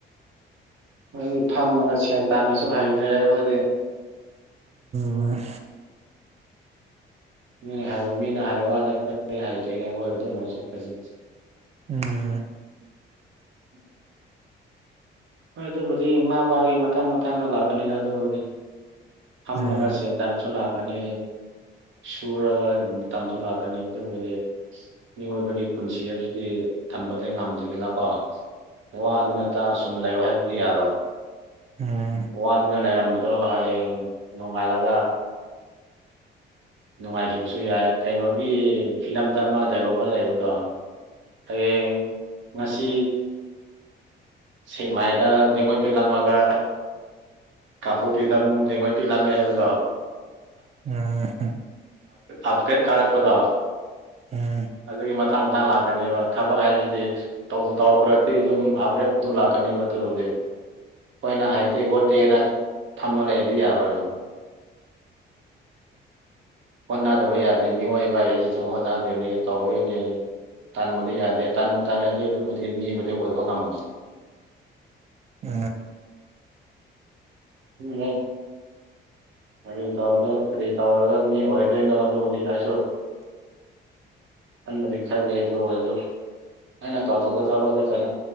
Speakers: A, on the right; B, on the right.
A: ꯑꯩꯈꯣꯏꯗꯤ ꯐꯝꯃꯒ ꯁꯦꯟ ꯇꯅꯁꯨ ꯍꯩꯇ꯭ꯔꯦ ꯑꯩꯈꯣꯏꯗꯤ
B: ꯍ
A: ꯃꯤꯅ ꯍꯥꯏꯔ ꯃꯤꯅ ꯍꯥꯏꯔ ꯋꯥꯅꯤ ꯑꯩꯈꯣꯏ ꯀ ꯍꯥꯏꯗꯣꯏꯅꯦ ꯑꯩꯈꯣꯏ ꯑꯗꯨ ꯂ ꯆꯄꯁꯤꯁ
B: ꯎꯝ
A: ꯎꯝ ꯍꯣꯏ ꯑꯗꯨꯕꯨꯗꯤ ꯃꯥ ꯃꯥꯒꯤ ꯃꯇꯥꯡ ꯃꯇꯥꯡꯗ ꯂꯥꯛꯀꯅꯤꯗ ꯑꯗꯨꯕꯨꯗꯤ ꯐꯝꯃꯒ
B: ꯎꯝ
A: ꯆꯦꯟꯗꯥ ꯑꯃꯁꯁꯨ ꯂꯥꯛꯀꯅꯤ ꯁꯨꯔꯒ ꯇꯥꯝꯊꯣꯛꯂꯛꯀꯅꯤ ꯑꯗꯨ ꯑꯣꯏꯔꯗꯤ ꯃꯤꯑꯣꯏꯕꯒꯤ ꯄꯨꯟꯁꯤ ꯍꯥꯏꯕꯁꯤꯗꯤ ꯊꯝꯕꯗꯤ ꯉꯝꯖꯈꯤꯕꯦꯅꯀꯣ ꯋꯥꯗꯨ ꯅꯠꯇ ꯁꯨꯝ ꯂꯩꯌ ꯍꯥꯏꯕꯗꯤ ꯌꯥꯔꯣꯏ
B: ꯎꯝ
A: ꯋꯥꯗꯨꯅ ꯂꯩꯔꯝꯕ ꯗꯣ ꯍꯌꯦꯡ ꯅꯣꯡꯉꯥꯜꯂꯒ ꯅꯨꯡꯉꯥꯏꯈꯤꯕꯁꯨ ꯌꯥꯏ ꯀꯩꯅꯣꯒꯤ ꯐꯤꯂꯝꯗ ꯑꯃ ꯗꯥꯏꯂꯣꯞ ꯑꯃ ꯂꯩꯕꯗꯣ ꯑꯩ ꯉꯁꯤ ꯁꯦꯛꯃꯥꯏꯗ ꯃꯣꯏ ꯄꯤꯠꯂꯝꯃꯒ ꯀꯥꯄꯨ ꯄꯤꯗꯃꯨ ꯌꯦꯉꯣꯏ ꯄꯤꯂꯝꯃꯦ ꯍꯥꯏꯕꯗꯣ
B: ꯎꯝ
A: ꯑꯞꯀꯦꯠ ꯀꯥꯔꯛꯄꯗꯣ
B: ꯎꯝ
A: ꯑꯗꯨꯒꯤ ꯃꯊꯥꯡ ꯃꯊꯥꯡ ꯂꯥꯛꯀꯅꯦꯕ ꯊꯕꯛ ꯍꯥꯏꯕꯁꯤꯗꯤ ꯇꯧꯕ ꯇꯧꯈ꯭ꯔꯗꯤ ꯑꯗꯨ ꯑꯗꯨꯝ ꯂꯈ꯭ꯔꯦ ꯑꯗꯨ ꯂꯥꯛꯀꯅꯤꯕ ꯑꯗꯨ ꯍꯧꯒꯦ ꯑꯩꯈꯣꯏꯅ ꯍꯩꯇꯦ ꯈꯣꯠꯇꯦꯅ ꯊꯃ ꯂꯩꯗꯤ ꯌꯥꯔꯣꯏꯕꯅꯤ ꯍꯣꯠꯅꯗꯕ ꯌꯥꯗꯦ ꯃꯤꯑꯣꯏꯕ ꯑꯩ ꯑꯗꯨ ꯍꯣꯠꯅꯗꯣꯏꯅꯦ ꯇꯧꯗꯣꯏꯅꯦ ꯇꯟꯕꯗꯤ ꯌꯥꯗꯦ ꯇꯟꯕ ꯇꯜꯂꯗꯤ ꯑꯗꯨꯕꯨꯗꯤ ꯃꯤꯕꯨꯗꯤ ꯑꯣꯏꯕ ꯉꯝꯃꯣꯏ
B: ꯑ
A: ꯎꯝ ꯑꯔꯤ ꯇꯒ ꯇꯔꯤ ꯇꯔꯒ ꯃꯤ ꯑꯣꯏꯗꯣꯏꯅꯣ ꯑꯗꯨꯕꯨꯗꯤ ꯑꯩꯁꯨ ꯑꯕꯗꯤ ꯈꯂꯦ ꯑꯗꯨꯣ ꯑꯗꯨꯁꯨ ꯑꯩꯅ ꯇꯧꯊꯣꯛꯄ ꯊꯗꯄꯁꯤꯗ